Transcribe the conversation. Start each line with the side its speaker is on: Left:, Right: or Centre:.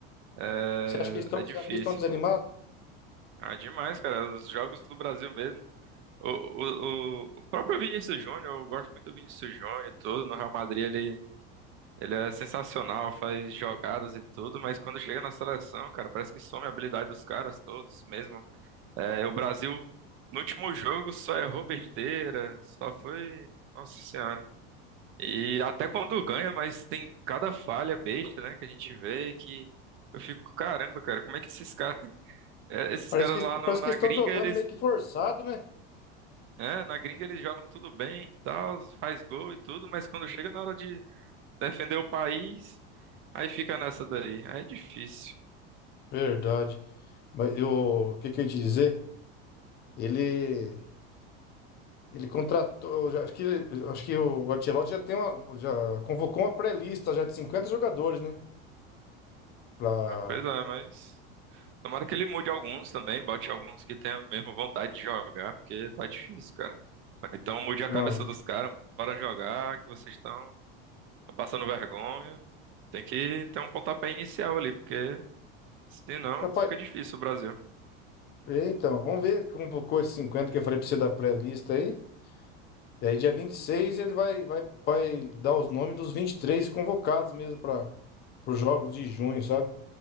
Right: é,
Left: Você acha que eles estão,
Right: é difícil.
Left: você acha que eles estão desanimados?
Right: Ah, demais, cara. Os jogos do Brasil mesmo. O, o, o, o próprio Vinícius Júnior, eu gosto muito do Vinícius Júnior e tudo. No Real Madrid ele, ele é sensacional, faz jogadas e tudo, mas quando chega na seleção, cara, parece que some a habilidade dos caras todos mesmo. É, o Brasil, no último jogo, só errou besteira, só foi. Nossa Senhora. E até quando ganha, mas tem cada falha besta, né, que a gente vê que eu fico, caramba, cara, como é que esses caras, <laughs> é, esses
Left: Parece
Right: caras
Left: que,
Right: lá no-
Left: parece
Right: na
Left: que eles estão
Right: gringa,
Left: jogando
Right: eles,
Left: meio que forçado, né?
Right: é, na gringa eles jogam tudo bem, e tal, faz gol e tudo, mas quando chega na hora de defender o país, aí fica nessa daí. Aí É difícil.
Left: Verdade. Mas eu. O que que eu ia te dizer? Ele. Ele contratou, já- acho que, ele- acho que o Ancelotti já tem uma, já convocou uma pré-lista já de 50 jogadores, né? Pra,
Right: É, Pois é, mas. Tomara que ele mude alguns também, bote alguns que tenham mesmo vontade de jogar, porque tá difícil, cara. Então mude a
Left: não,
Right: cabeça dos caras, bora jogar, que vocês estão passando vergonha. Tem que ter um pontapé inicial ali, porque senão
Left: rapaz,
Right: fica difícil o Brasil.
Left: é, então, vamos ver, ele convocou esses 50 que eu falei pra você da pré-lista aí, e aí dia 26 ele vai, vai, vai dar os nomes dos 23 convocados mesmo para os jogos de junho, sabe?